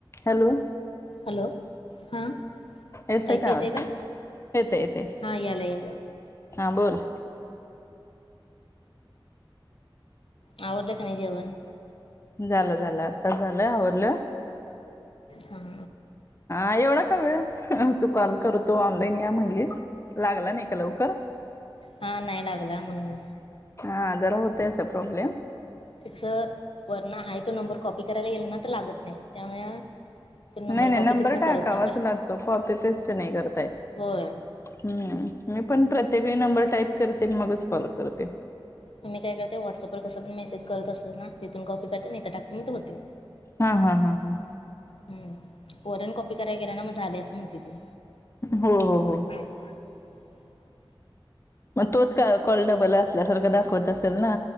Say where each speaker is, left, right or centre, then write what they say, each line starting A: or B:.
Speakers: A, on the left; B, on the left.
A: Hello?
B: Hello? हा,
A: येतोय
B: ऐकु येते
A: आवाज
B: का?
A: येते येते
B: हा, यालाय यालाय.
A: हा, बोल
B: आवरलं का नाही जेवण?
A: झालं झालं, आत्ताच झालंय, आवरल.
B: हा.
A: हा, येवढ का वेळ? तू कॉल करू तो ऑनलाईन या म्हणलीस, लागला नाही का लवकर?
B: हा, नाही लागला, म्हण
A: हा, जरा होतय असा प्रॉब्लेम.
B: तस वरण आहे तो नंबर कॉपी करायला गेला ना, तर लागत नाही, त्यामुळे तो
A: नाही नाही,
B: कॉपी
A: नंबर
B: तिथनं
A: टाकावाच
B: करत नाही डाय
A: लागतो, कॉपी पेस्ट नाही करता येत.
B: होय
A: हम्म! मी पण प्रत्येकळी नंबर टाईप करते, मगच कॉल करते.
B: त मी काय करते, व्हॉट्सअपवर कस पण मेसेज कर असतात ना, तिथून कॉफी करते, आणि इथे टाकते, मग ते होतय.
A: हा हा हा हा.
B: हम्, वरन कॉपी करायला गेल ना, म झाले असं म्हणतय ते.
A: हो हो हो.
B: <inaudible>
A: मग तोच कॉल डबल असल्यासारखं दाखवत असेल ना?